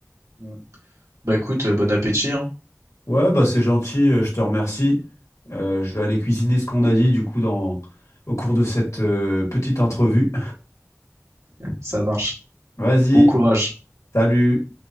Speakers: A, on the right; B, on the left.
A: Mm. Bah écoute, euh, bon appétit, hein.
B: Ouais, bah c'est gentil, euh, je te remercie. Euh, je vais aller cuisiner ce qu'on a dit, du coup, dans, au cours de cette euh, petite entrevue.
A: Ça marche.
B: <laughs> Vas-y,
A: Bon courage.
B: salut!